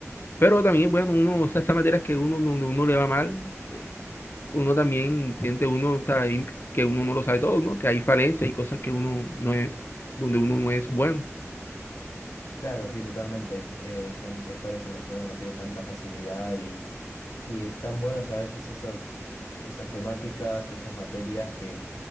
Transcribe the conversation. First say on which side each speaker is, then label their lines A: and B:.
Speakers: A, on the left; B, on the left.
A: pero también, bueno, uno, o sea, esas materias que uno, donde uno le va mal, eh, uno también siente uno, o sea, ahí que uno no lo sabe todo, ¿no? Que hay falencias y cosas que uno no es, donde uno no es bueno.
B: Claro, sí, totalmente. Eh, son sectores en los que uno no tiene tanta facilidad y, Y están buenos a veces esos, esas temáticas o esas materias que,